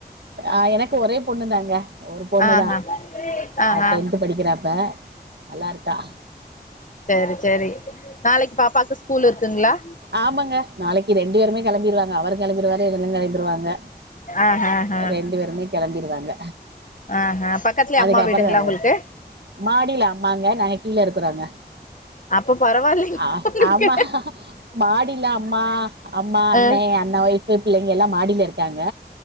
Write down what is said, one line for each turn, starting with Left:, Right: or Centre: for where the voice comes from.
Right: ஆ எனக்கு ஒரே பொண்ணு தாங்க ஒரு பொண்ணு
Left: ஆஹா
Right: தா
Left: ஆஹா
Right: டென்த்து படிக்கிறா இப்ப நல்லாயிருக்கா
Left: செரி செரி நாளைக்கு பாப்பாக்கு ஸ்கூல் இருக்குங்ளா
Right: ஆமாங்க நாளைக்கி ரெண்டு பேருமே கெளம்பிடுவாங்க அவரு கெளம்பிருவாரு இவளும் கெளம்பிருவாங்க
Left: ஆஹா ஆஹா
Right: ரெண்டு பேருமே கெளம்பிருவாங்க
Left: ஆஹா பக்கத்துலயே
Right: அதுக்கப்புற
Left: அம்மா வீடுங்களா
Right: தாங்க
Left: உங்களுக்கு
Right: மாடியில அம்மாங்க நாங்க கீழ இருக்குறோங்க
Left: அப்ப பரவாயில்லைங்க
Right: அ
Left: உங்களுக்கு
Right: ஆமா மாடில அம்மா அம்மா அண்ணே
Left: ஆ
Right: அண்ணன் ஒய்ஃப்பு பிள்ளைங்க எல்லா மாடில இருக்காங்க